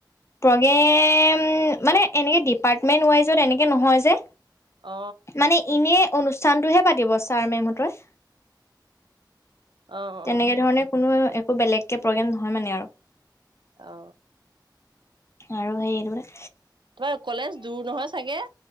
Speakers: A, on the left (about 35°); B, on the right (about 85°).
A: প্ৰগ্ৰেম মানে, এনেকে ডিপাৰ্টমেণ্ট ৱাইজত এনেকে নহয় যে
B: অ।
A: মানে এনে অনুষ্ঠানটোহে পাতিব, ছাৰ মেমহঁতৰ।
B: অ'
A: তেনেকে
B: অ'
A: ধৰণে কোনো একো বেলেগকে প্ৰগ্ৰেম নহয় মানে আৰু
B: অ।
A: আৰু হাৰিয়া বোলে
B: তোমাৰ কলেজ দূৰ নহয় চাগে?